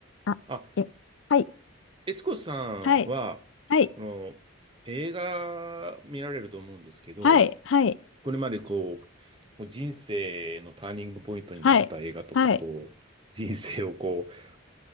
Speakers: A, on the left; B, on the right.
A: あ、
B: あ、
A: え、はい、
B: 悦子さんは、
A: はい、はい、
B: あの、映画見られると思うんですけど、
A: はい、はい、
B: これまでこう、もう人生のターニングポイントになった映画とか、
A: はい、はい。
B: こう、人生をこう、